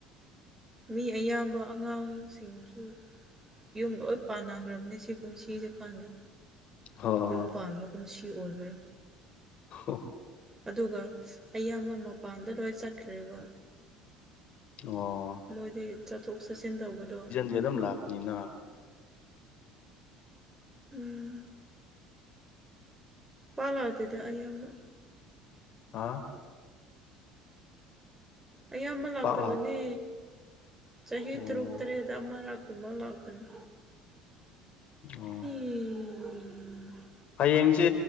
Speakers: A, on the right; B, on the left.
A: ꯃꯤ ꯑꯌꯥꯝꯕ ꯑꯉꯥꯡꯁꯤꯡꯁꯨ ꯌꯨꯝꯗꯣ ꯂꯣꯏ ꯄꯥꯟꯅꯈ꯭ꯔꯕꯅꯦ ꯁꯤ ꯀꯨꯝꯁꯤꯁꯦ ꯈꯪꯗꯦ
B: ꯍꯣ
A: ꯌꯨꯝ ꯄꯥꯟꯕ ꯀꯨꯝꯁꯤ ꯑꯣꯏꯕ꯭ꯔꯥ
B: ꯍꯣ
A: ꯑꯗꯨꯒ ꯑꯌꯥꯝꯕ ꯃꯄꯥꯟꯗ ꯂꯣꯏ ꯆꯠꯈ꯭ꯔꯦꯕ꯫
B: ꯑꯣ
A: ꯃꯣꯏꯗꯤ ꯆꯠꯊꯣꯛ ꯆꯠꯁꯤꯟ ꯇꯧꯕꯗꯣ꯫
B: ꯌꯦꯅꯝ ꯂꯥꯛꯄꯅꯤꯅ꯫
A: ꯎꯝ ꯃꯥ ꯂꯥꯛꯇꯦꯗ ꯑꯌꯥꯝꯕ꯫
B: ꯑꯥ
A: ꯑꯌꯥꯝꯕ ꯂꯥꯛꯇꯕꯗꯤ
B: ꯄꯥꯛ ꯂꯥꯛ
A: ꯆꯍꯤ
B: ꯑꯣ
A: ꯇꯔꯨꯛ ꯇꯔꯦꯠꯇ ꯑꯃꯔꯛ꯫ ꯀꯨꯝꯃ ꯂꯥꯛꯄꯅꯤ꯫
B: ꯑꯣ
A: ꯏ
B: ꯍꯌꯦꯡꯁꯦ